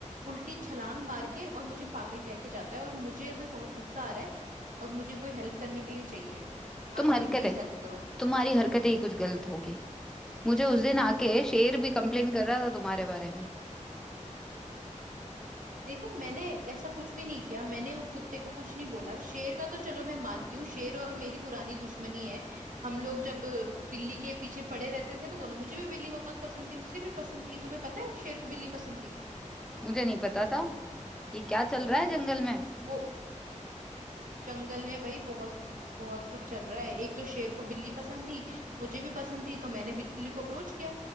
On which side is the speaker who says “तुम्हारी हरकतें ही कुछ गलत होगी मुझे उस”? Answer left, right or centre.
Centre